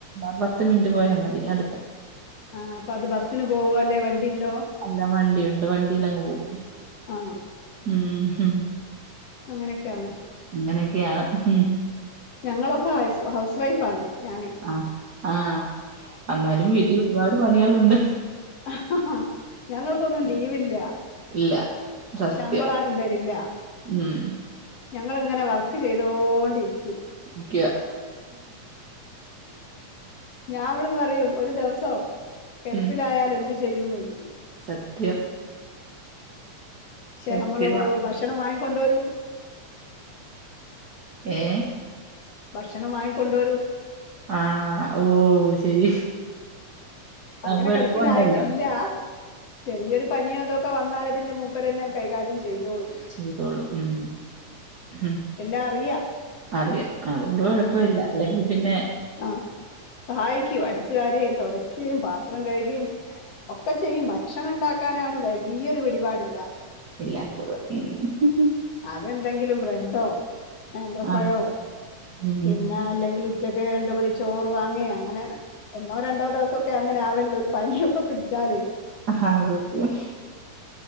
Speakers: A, on the right; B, on the left.
A: ആ പത്ത് മിനിറ്റ് പോയാ മതി അടുത്ത
B: ആഹ് അപ്പൊ അത് ബസ്സിന് പോവോ അല്ലെ വണ്ടി ഇണ്ടോ
A: അല്ല വണ്ടിയുണ്ട് വണ്ടിയിലങ്ങ് പോവും
B: ആ
A: ഉം
B: അങ്ങനെയൊക്കെയാണ്
A: അങ്ങനൊക്കെയാണ് ഉം
B: ഞങ്ങളൊക്കെ ഹൗ ഹൗസ് വൈഫ് ആണ് ഞാന്
A: ആ ആഹ് എന്നാലും വീട്ടിൽ ഒരുപാട് പണികളുണ്ട്
B: അഹ.. ഹാ.. ഞങ്ങൾക്കൊന്നും ലീവില്ല
A: ഇല്ല. സത്യം.
B: ശമ്പളാരും തരില്ല
A: ഉം
B: ഞങ്ങളിങ്ങനെ വർക്ക് ചെയ്തോണ്ടിരിക്കും
A: ഇരിക്ക്യ
B: ഞാൻ ഇവിടെന്ന് പറയും ഒരു ദിവസോ കെടപ്പിലായാലെന്ത്
A: ഉം.
B: ചെയ്യുംന്ന് ചോയ്ക്കും
A: സത്യം
B: ക്ഷെ
A: സത്യവാ
B: നമ്മള് ഭക്ഷണം വാങ്ങിക്കൊണ്ടോരും
A: ഏഹ്
B: ഭക്ഷണം വാങ്ങിക്കൊണ്ടോരും
A: ആഹ് ഓ ശരി അതാവുമ്പോ
B: അങ്ങനെ
A: എളുപ്പമുണ്ടല്ലോ
B: കെടപ്പിലായിട്ടില്ല ചെറിയൊരു പനിയോ അതൊക്കെ വന്നാൽ പിന്നെ മൂപ്പരന്നെങ്ങ് കൈകാര്യം ചെയ്തോളും
A: ചെയ്തോളും ഉം ഉം
B: എല്ലാം അറിയാ
A: അറിയാം അതുകൊണ്ട് കൊഴപ്പല്ല
B: ഉം
A: അല്ലെങ്കി പിന്നെ
B: ആഹ് സഹായിക്കും അടിച്ചു വാരുകേം തൊടക്കുകേം പാത്രം കഴുകേം ഒക്കെ ചെയ്യും ഭക്ഷണം ഇണ്ടാക്കാനാണ് വലിയൊരു പിടിപാടില്ലാത്തത്
A: ഇല്ലാത്തത് ഉം
B: അതെന്തെങ്കിലും ബ്രെഡോ നേന്ത്രപ്പഴോ
A: ആഹ് ഉം
B: പിന്നെ അല്ലെങ്കിൽ ഉച്ചക്ക് രണ്ടു പൊതി ചോറ് വാങ്ങേ അങ്ങനെ ഒന്നോ രണ്ടോ ദെവസോക്കെ അങ്ങനെ ആവല്ള്ളു ഒരു പനിയൊക്കെ പിടിച്ചാല്
A: ആഹ് സത്യം